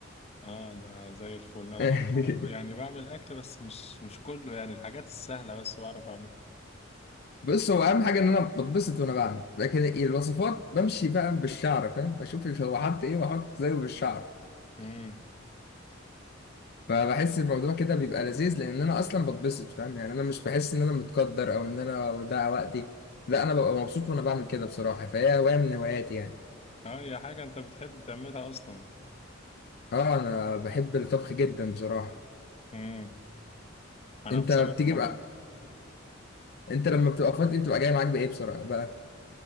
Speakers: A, on the left; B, on the left.
A: آه ده زي الفل أنا
B: <laughs>
A: برضو يعني بعمل أكل بس مش مش كله يعني الحاجات السهلة بس بعرف
B: بص هو اهم حاجه ان انا بتبسط وانا بعمل لكن الوصفات بمشي بقى بالشعر فاهم بشوف هو حط ايه واحط زيه بالشعر
A: أعملها
B: فبحس الموضوع كده بيبقى لذيذ لان انا اصلا بتبسط فاهم يعني انا مش بحس ان انا متقدر او ان انا وده وقتي لا انا ببقى مبسوط وانا بعمل كده بصراحه فهي هوايه من هواياتي يعني
A: اه هي حاجة انت بتحب تعملها اصلا
B: اه انا بحب الطبخ جدا بصراحه
A: امم انا
B: انت
A: بصراحة
B: بتيجي
A: ما
B: بقى
A: بقى.
B: انت لما بتبقى فاضي بتبقى جاي معاك بايه بصراحه بقى